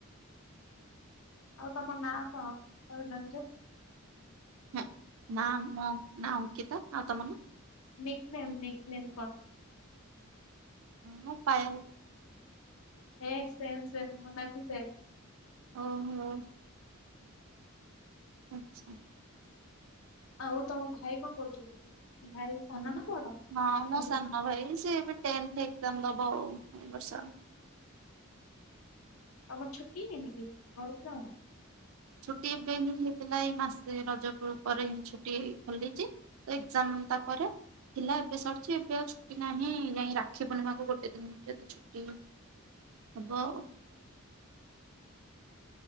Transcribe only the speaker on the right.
ହ ନାଁ ନା ଅଙ୍କିତା, ଆଉ ତମ ନାଁ?
ହଁ ପାଏଲ।
ଓ ହୋ। ଆଚ୍ଛା।
ହୁଁ
ନା
ମୋ ସାନ ଭାଇ ସେ ଏବେ ଟେନଥ ଏକ୍ଜାମ୍ ଦବ ଦଉ ଏ ବର୍ଷ।
ଛୁଟି ଏବେ ହିଁ ହେଇଥିଲା ଏଇ ମାସେ ରଜ ପ ପରେ ହିଁ ଛୁଟି ଖୋଲିଛି। ଏକ୍ଜାମ ତାପରେ ଥିଲା ଏବେ ସରିଛି ଏବେ ଆଉ ଛୁଟି ନାହିଁ ଯାଇଁ ରାକ୍ଷୀ ପୂର୍ଣ୍ଣିମାକୁ ଗୋଟେ ଦିନ ଯଦି ଛୁଟି ହବ ଆଉ।